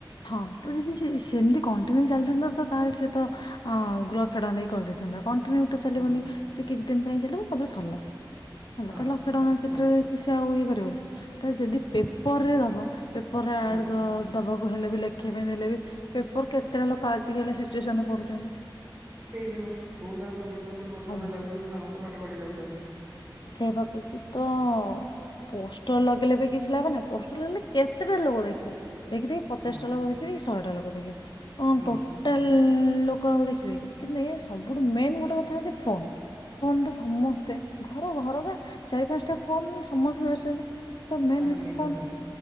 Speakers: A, on the left; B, on the right.
A: ହଁ ତ ଯଦି ସେ-ସେମିତି କଣ୍ଟିନ୍ୟୁ ଚାଲିଥାନ୍ତା ତ ତାହେଲେ ସେ ତ ଆ, ଲକ୍ଷେ ଟଙ୍କା ଦେଇ କରିଦେଇଥାନ୍ତା। କଣ୍ଟିନ୍ୟୁ ତ ଚାଲିବନି
B: ହୁଁ
A: ସେ କିଛି ଦିନ ପାଇଁ ଚାଲିବ ତାପରେ ସରିଲା। ହେଲା
B: ହଁ
A: ତ ଲକ୍ଷେ ଟଙ୍କା ସେଥିରେ
B: ହୁଁ
A: କି ସେ ଆଉ ଇଏ କରିବ ତା ଯଦି
B: ହୁଁ
A: ପେପର ରେ ଦବ ପେପର
B: ହୁଁ
A: ଆଡ୍ ଗ-ଦବାକୁ ହେଲେ ବି ଲେଖିବା ପାଇଁ ଦେଲେ ବି ପେପର କେତେଟା ଲୋକ ଆଜି କାଲି ସିଚୁଏସନ୍ ରେ ପଢୁଚନ୍ତି।
B: କେଇ ବିି ନୁହଁ ବହୁ ସାରା ପେପର ତ ଏମିତି ପୋଷ୍ଟର
A: ସବୁ
B: ରେ ଲାଗୁଚି, କିନ୍ତୁ ଆମେ ତ ବାଟେ ବାଟେ ଯାଉଚନି।
A: ସେ ବା କହୁଛି ତ ପୋଷ୍ଟର ଲଗେଇଲେ ବି କିଛି ଲାଭ ନାହିଁ, ପୋଷ୍ଟର ଲଗେଇଲେ କେତେଟା ଲୋକ ଦେଖିବେ ଦେଖି ଦେଖି ପଚାଶଟା
B: ହୁଁ
A: ଲୋକ ଦେଖିବେ, କି ଶହେଟା ଲୋକ ଦେଖିବେ, କଣ
B: ହୁଁ
A: ଟୋଟାଲ ଲୋକ ଆଉ ଦେଖିବେ କି, କିନ୍ତୁ ଏୟା ସବୁଠୁ ମେନ୍ ଗୋଟେ କଥା ହଉଚି ଫୋନ୍। ଫୋନ୍ ତ ସମସ୍ତେ ଘର ଘର କା ଚାରି ପାନ୍ସଟା ଫୋନ୍ ସମସ୍ତେ ଧରିଚନ୍ତି। ତ ମେନ୍
B: ଆରେ
A: ହଉଚି
B: ନିହାତି
A: ଫୋନ୍,